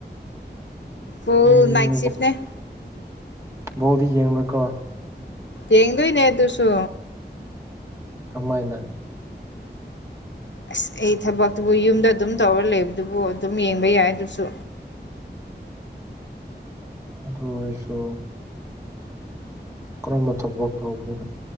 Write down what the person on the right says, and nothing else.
ꯊꯦꯡꯉꯤꯅꯦ
ꯕꫭꯜꯗꯤ ꯌꯦꯡꯕꯀꯣ
ꯀꯃꯥꯏꯅ
ꯑꯗꯨ ꯑꯣꯏꯔꯁꯨ ꯀꯔꯝꯕ ꯊꯕꯛ ꯇꯧꯒꯦꯔ꯭